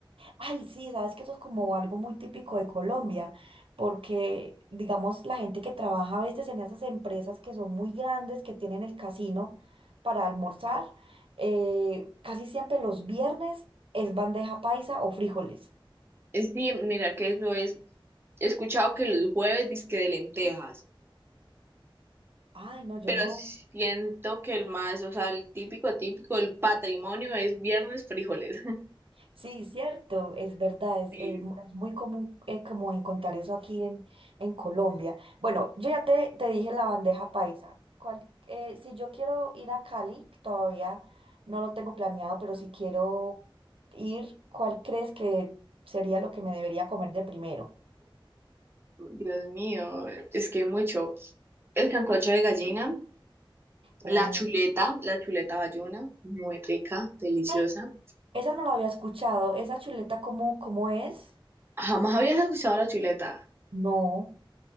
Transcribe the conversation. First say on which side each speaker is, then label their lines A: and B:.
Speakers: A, on the right; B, on the right.
A: Ay, sí, sabes que eso es como algo muy típico de Colombia, porque digamos la gente que trabaja a veces en esas empresas que son muy grandes, que tienen el casino para almorzar, eh, casi siempre los viernes es bandeja paisa o frijoles.
B: Es Sí, mira que eso es, he escuchado que los jueves disque de lentejas,
A: Ay, no, yo
B: pero
A: no.
B: siento que el más, o sea, el típico, típico, el patrimonio es viernes frijoles. <laughs>
A: Sí, cierto, es verdad, es,
B: Sí.
A: es mu- es muy común eh, como encontrar eso aquí en, en Colombia. Bueno, yo ya te, te dije la bandeja paisa. Cual- eh, si yo quiero ir a Cali, todavía no lo tengo planeado, pero si quiero ir, ¿cuál crees que sería lo que me debería comer de primero?
B: Dios mío, es que hay mucho. El sancocho de gallina,
A: Uh,
B: la chuleta, la chuleta bayuna, muy rica, deliciosa.
A: Ay, esa no la había escuchado. ¿Esa chuleta cómo, cómo es?
B: Jamás habías escuchado la chuleta.
A: No,